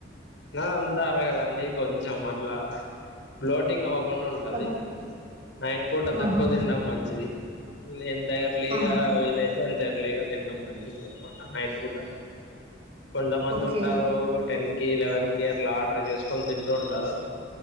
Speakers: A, on the left; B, on the right.
A: తిన్నదంతా అరగదండి కొంచ కొంచెం అట్లా ఫ్లోటింగ్ అవ అవ్వకుండా ఉంటది
B: ఓకే
A: నైట్ పూట తక్కువ
B: ఆహా
A: తినడం మంచిది లే అంతా అర్లీ
B: ఆ,
A: గా వీలైతే అంత ఎర్లీగా తినడం మంచిది అన్నమాట నైట్ పూట కొంతమంది
B: ఓకే
A: ఉంటారు టెన్ కి ఈ లెవెన్ కి అట్లా ఆర్డర్ చేసుకని తింటూ ఉంటారు ఉంటారు